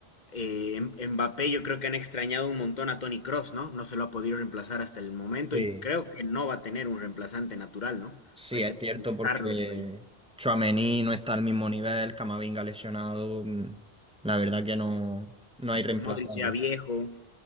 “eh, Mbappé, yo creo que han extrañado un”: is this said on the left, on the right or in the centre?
Left